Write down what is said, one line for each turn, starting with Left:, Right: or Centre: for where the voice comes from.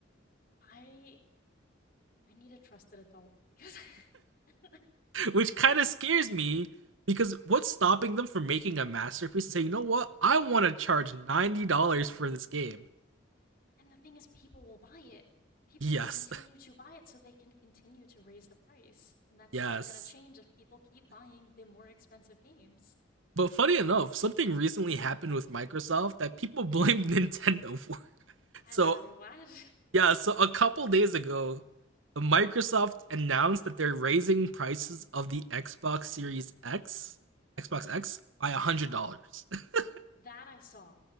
Left: I I need a trusted adult because <laughs> I
Right: <laughs> which
Left: don't
Right: kind of scares me because what's stopping them from making a masterpiece and say, you know what, I want to charge ninety dollars for this game?
Left: And the thing is people will buy it. People
Right: Yes,
Left: will continue to buy it so they can continue to raise the price. And that's
Right: <laughs> yes.
Left: never going to change if people keep buying the more expensive games.
Right: But funny enough, something recently happened with Microsoft that people <laughs> blamed Nintendo for.
Left: I'm
Right: So
Left: sorry, what?
Right: Yeah, so a couple days ago, Microsoft announced that they're raising prices of the Xbox Series X,
Left: <laughs> okay.
Right: Xbox X, by $100. <laughs>
Left: That I saw.